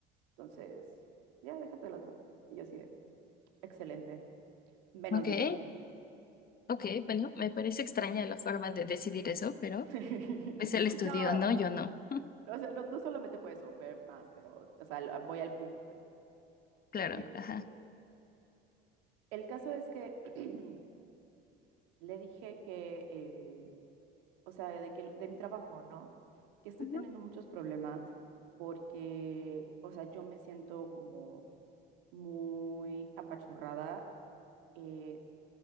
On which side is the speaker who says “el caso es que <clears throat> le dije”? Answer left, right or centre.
Right